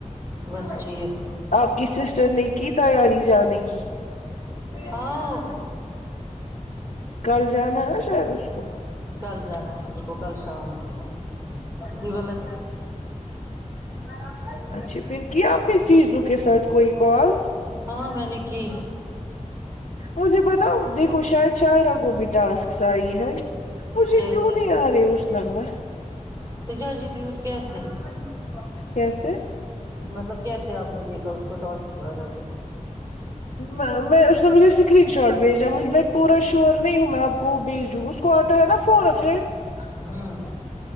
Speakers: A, on the right; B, on the left.
A: بس ٹھیک
B: آپ کی سسٹر نے کی تیاری جانے کی
A: ہاں
B: کل جانا ہے نا شاید اس کو
A: کل جانا ہے اس کو کل شام کو دی <unintelligible> ہاں <unintelligible>
B: اچھا پھر کیا اپنی شیزو کے ساتھ کوئی کال
A: ہاں میں نےکی
B: مجھے بتاؤ دیکھو شاید شایرہ کو بھی ٹاسکس آئی ہے مجھے
A: کیسے
B: کیوں نہیں آ رہے اس نمبر
A: <unintelligible>
B: کیسے
A: مطلب کیسے آپ نے دیکھا اس کو ٹاسکس آرہے تھے
B: میں میں اس نے مجھے اسکرین شاٹ بھیجا مجھ میں پورا شور نہیں ہوں میں آپ کو بھیجوں کو اتا ہے نہ فون افرینڈ
A: ھممم